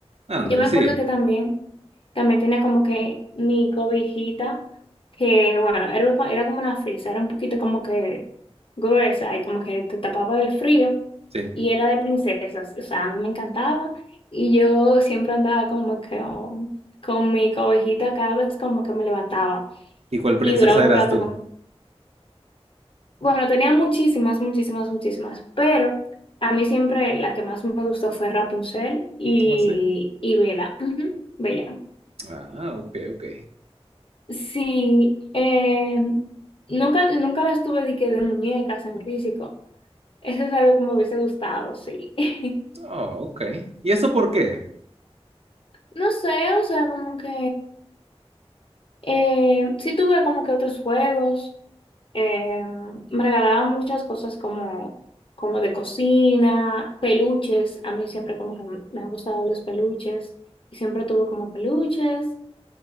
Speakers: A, on the right; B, on the left.
A: Ándale,
B: Yo me acuerdo
A: sí,
B: que también, también tenía como que mi cobijita, que bueno, era, co- era como una frisa, era un poquito como que gruesa y como que te tapaba del frío
A: sí.
B: y era de princesas. O sea, a mí me encantaba y yo siempre andaba como que oh, con mi cobijita cada vez como que me levantaba
A: ¿Y cuál princesa
B: y duraba un
A: eras
B: rato
A: tú?
B: bueno, tenía muchísimas, muchísimas, muchísimas, pero a mí siempre la que más me gustó fue Rapunzel y,
A: Oh, sí.
B: y Bella. Ujú, Bella.
A: Ah, ok, ok.
B: Sí, eh, nunca, nunca las tuve de, que de muñecas en físico. Eso es algo que me hubiese gustado, sí. <laughs>
A: Oh, ok. ¿Y eso por qué?
B: No sé, o sea, como que... eh, sí tuve como que otros juegos. Eh, me regalaban muchas cosas como, como de cocina, peluches. A mí siempre como que me han gustado los peluches y siempre tuve como peluches.